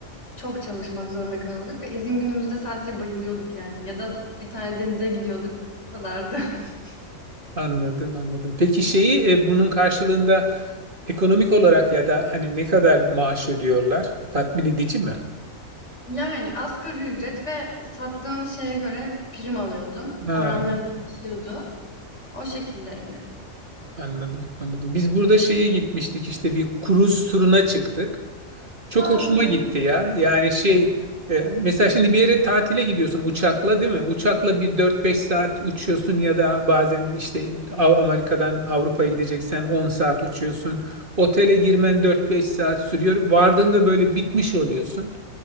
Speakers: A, on the left; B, on the right.
A: çok çalışmak zorunda kalıyorduk ve izin günümüzde sadece bayılıyorduk yani ya da bir tane denize gidiyorduk. Bu kadardı. <laughs>
B: Anladım, anladım. Peki şeyi e, bunun karşılığında ekonomik olarak ya da hani ne kadar maaş ödüyorlar? Tatmin edici mi?
A: Yani asgari ücret ve sattığın şeye göre prim alıyordun.
B: Ha,
A: Oranları değişiyordu. O şekildeydi.
B: anladım, anladım. Biz burada şeye gitmiştik işte bir kruz turuna çıktık. Çok
A: Ha
B: hoşuma
A: evet.
B: gitti ya. Yani şey e, mesela şimdi bir yere tatile gidiyorsun uçakla değil mi? Uçakla bir dört beş saat uçuyorsun ya da bazen işte Av- Amerika'dan Avrupa'ya gideceksen 10 saat uçuyorsun. Otele girmen dört beş saat sürüyor. Vardığında böyle bitmiş oluyorsun.